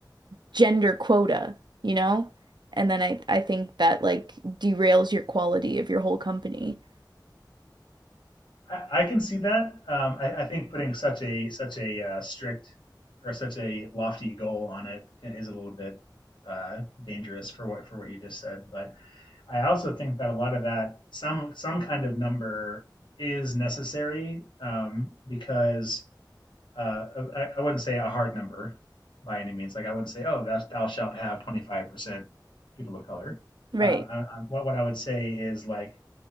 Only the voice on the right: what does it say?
gender quota, you know? And then I, I think that like derails your quality of your whole company.
Right.